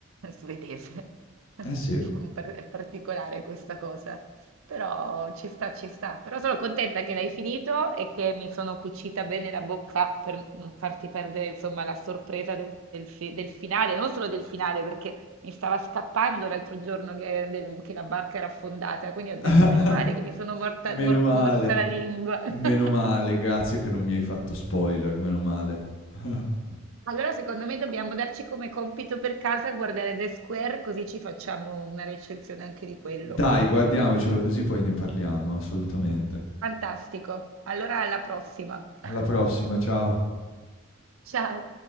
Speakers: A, on the right (about 85°); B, on the left (about 75°).
A: svedese. <laughs>
B: eh sì.
A: È particolare questa cosa. Però ci sta, ci sta. Però sono contenta che l'hai finito e che mi sono cucita bene la bocca per non farti perdere, insomma, la sorpresa de- del, fi- del finale, non solo del finale, perché mi stava scappando l'altro giorno che, del- che la barca era affondata, quindi ho
B: <laughs>
A: detto, meno male che mi sono morta,
B: Meno
A: mor-
B: male,
A: morsa la lingua. <laughs>
B: meno male, grazie che non mi hai fatto spoiler, meno male. <laughs>
A: Allora, secondo me dobbiamo darci come compito per casa guardare The Square, così ci facciamo una recensione anche di quello.
B: Dai, guardiamocelo così poi ne parliamo, assolutamente.
A: Fantastico. Allora, alla prossima.
B: Alla
A: <laughs>
B: prossima, ciao.
A: Ciao.